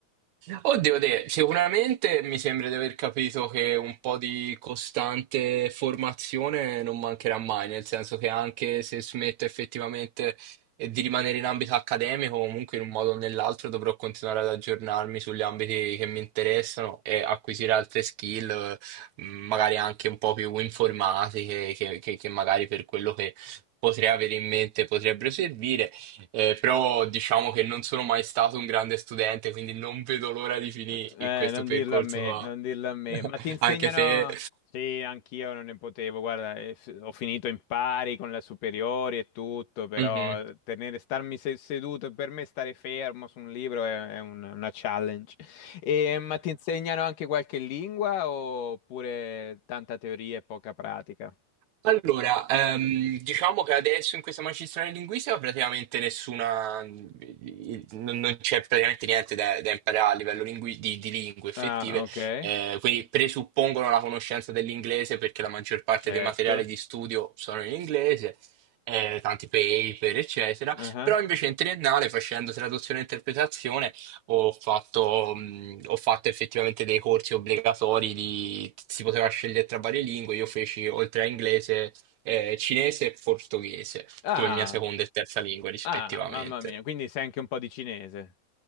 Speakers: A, on the right; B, on the left.
A: Oddio, te, sicuramente mi sembra di aver capito che un po' di costante formazione non mancherà mai, nel senso che anche se smetto effettivamente eh, di rimanere in ambito accademico, comunque in un modo o nell'altro dovrò continuare ad aggiornarmi sugli ambiti che mi interessano e acquisire altre skill, eh, magari anche un po' più informatiche, che, che che magari per quello che potrei avere in mente potrebbero servire. Eh, però diciamo che non sono mai stato un grande studente, quindi non vedo l'ora di finire
B: Eh,
A: questo
B: non
A: percorso
B: dirlo a me,
A: qua.
B: non dirlo a me,
A: <laughs>
B: ma ti insegnano...
A: Anche se...
B: Sì, anch'io non ne potevo, guarda, eh, f- ho finito in pari con le superiori e tutto, però
A: Mhm.
B: eh, tenere, starmi se- seduto, per me stare fermo su un libro è, è un- una challenge. E, ma ti insegnano anche qualche lingua oppure tanta teoria e poca pratica?
A: Allora, ehm, diciamo che adesso in questa magistrale linguistica praticamente nessuna, eh, non non c'è praticamente niente da, da imparare a livello lingui- di, di lingue effettive,
B: Ah, ok,
A: eh, quindi presuppongono la conoscenza dell'inglese perché la maggior parte
B: certo.
A: dei materiali di studio sono in inglese, eh, tanti paper, eccetera,
B: Ah,
A: però invece in triennale facendo traduzione e interpretazione ho fatto, mh, ho fatto effettivamente dei corsi obbligatori di, si poteva scegliere tra varie lingue, io feci oltre a inglese, eh, cinese e portoghese
B: Ah,
A: come mia seconda e terza lingua rispettivamente.
B: ah, mamma mia, quindi sai anche un po' di cinese.